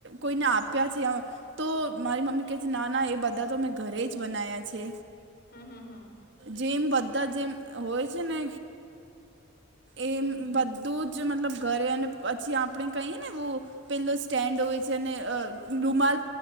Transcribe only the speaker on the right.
કોઈને આપ્યા છે. તો મારી મમ્મી કહે છે ના ના એ બધા તો મેં ઘરે જ બના્યા છે.
જેમ બધા જેમ હોય છે ને એમ
બધું જ જે મતલબ ઘરે અને પછી આપણે કહીએ ને એવું. પેલો સ્ટેન્ડ હોય છે અને રૂમાલ